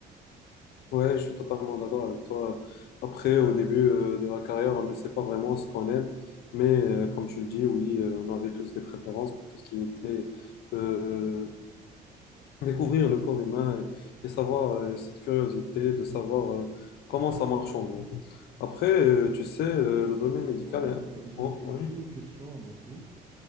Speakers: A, on the left; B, on the right.
A: Ouais, je suis totalement d'accord avec toi. Après, au début euh, de la carrière, on ne sait pas vraiment ce qu'on aime, mais euh, comme tu le dis, oui, euh, on avait tous des préférences pour tout ce qui était euh, Découvrir le corps humain et, et savoir euh, cette curiosité de savoir euh, comment ça marche en gros. Après, euh, tu sais, euh,
B: Ben,
A: le
B: excuse-moi,
A: domaine médical est...
B: ben, j'ai
A: Oh,
B: j'ai-
A: oui,
B: j'ai une question à mon tour.